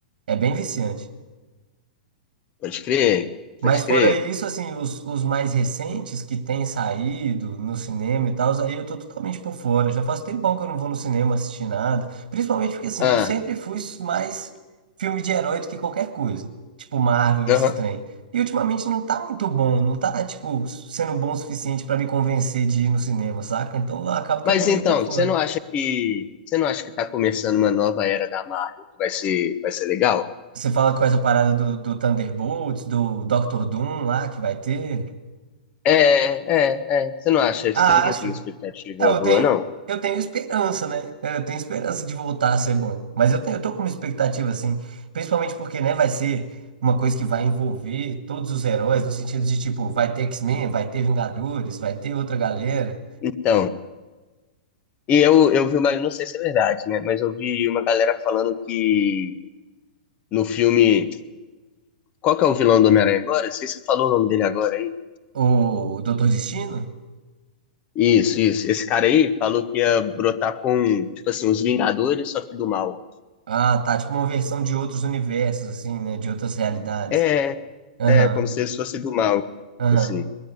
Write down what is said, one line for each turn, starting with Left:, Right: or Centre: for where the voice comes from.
Right: É bem viciante.
Left: Pode crer,
Right: Mas
Left: pode
Right: fora
Left: crer.
Right: isso, assim, os, os mais recentes que têm saído no cinema e tal, aí eu tô totalmente por fora. Já faz tempão que eu não vou no cinema assistir nada. Principalmente porque, assim,
Left: Ah,
Right: eu sempre fui mais filme de herói do que qualquer coisa. Tipo Marvel, esses
Left: aham.
Right: trem. E ultimamente não tá muito bom, não tá, tipo, sendo bom o suficiente pra me convencer de ir no cinema, saca? Então acaba que
Left: Mas
Right: eu tô meio
Left: então,
Right: por fora.
Left: você não acha que você não acha que tá começando uma nova era da Marvel que vai ser vai ser legal?
Right: Você fala com essa parada do, do Thunderbolts, do Doctor Doom lá que vai ter.
Left: É, é, é. Você não acha?
Right: Ah,
Left: Você não
Right: acho.
Left: tem uma expectativa
Right: Não,
Left: boa,
Right: eu tenho,
Left: não?
Right: eu tenho esperança, né? Eu tenho esperança de voltar a ser bom. Mas eu tenho, eu tô com uma expectativa, assim, principalmente porque, né, vai ser uma coisa que vai envolver todos os heróis, no sentido de, tipo, vai ter X-Men, vai ter Vingadores, vai ter outra galera.
Left: Então, e eu, eu vi uma, não sei se é verdade, né? Mas eu vi uma galera falando que no filme, qual que é o vilão do Homem-Aranha agora? Não sei se você falou o nome dele agora aí.
Right: O Doutor Destino?
Left: Isso, isso. Esse cara aí falou que ia brotar com, tipo assim, os Vingadores, só que do mal.
Right: Ah, tá, tipo uma versão de outros universos, assim, né? De outras realidades.
Left: É,
Right: Aham,
Left: É, como se eles fossem do mal,
Right: aham.
Left: assim.